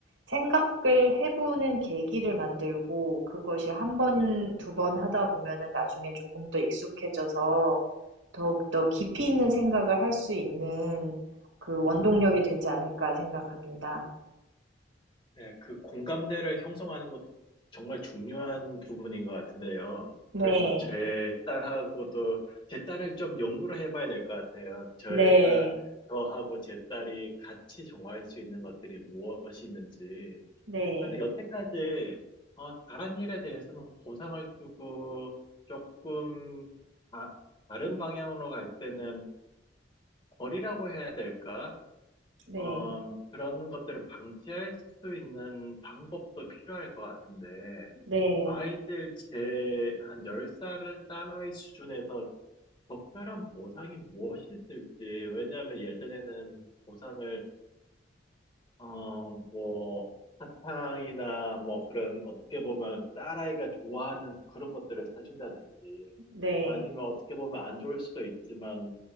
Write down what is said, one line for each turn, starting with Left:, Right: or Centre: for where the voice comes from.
Right: 생각을 해보는 계기를 만들고 그것이 한 번, 두 번 하다 보면은 나중엔 조금 더 익숙해져서 더욱더 깊이 있는 생각을 할 수 있는 그 원동력이 되지 않을까 생각합니다.
Left: 네, 그 공감대를 형성하는 것도 정말 중요한 부분인 것 같은데요.
Right: 네.
Left: 그래서 제 딸하고도, 제 딸을 좀 연구를 해봐야 될 것 같아요. 제가
Right: 네.
Left: 저하고 제 딸이 같이 좋아할 수 있는 것들이 무엇이 있는지.
Right: 네.
Left: 그래서 여태까지, 어, 다른 일에 대해서는 보상을 주고 조금 다, 다른 방향으로 갈 때는 벌이라고 해야 될까?
Right: 네.
Left: 어, 그런 것들을 방지할 수 있는 방법도 필요할 것 같은데,
Right: 네.
Left: 아이들 제 한 10살을 딸아이 수준에서 적절한 보상이 무엇이 있을지, 왜냐하면 예전에는 보상을, 어, 뭐, 사탕이나 뭐 그런 어떻게 보면 딸아이가 좋아하는 그런 것들을 사준다든지,
Right: 네.
Left: 아니면 어떻게 보면 안 좋을 수도 있지만,